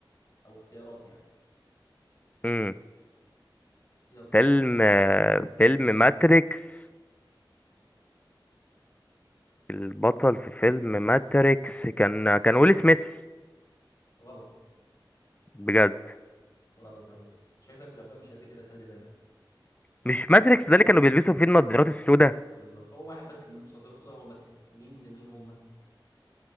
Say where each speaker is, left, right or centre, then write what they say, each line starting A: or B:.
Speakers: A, on the left (about 45°); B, on the left (about 15°).
A: او اختيارات يعني
B: امم
A: يلا
B: فيلم
A: جاوب
B: آه، فيلم ماتريكس البطل في فيلم ماتريكس كان كان ويل سميث
A: غلط
B: بجد
A: غلط يا ريس شكلك في الافلام مش قد كده خلي بالك
B: مش ماتريكس ده اللي كانوا بيلبسوا فيه النضارات السوداء
A: بالظبط هو واحد بس كان بيلبس نظاره سودا هو ماتريكس مين مين هم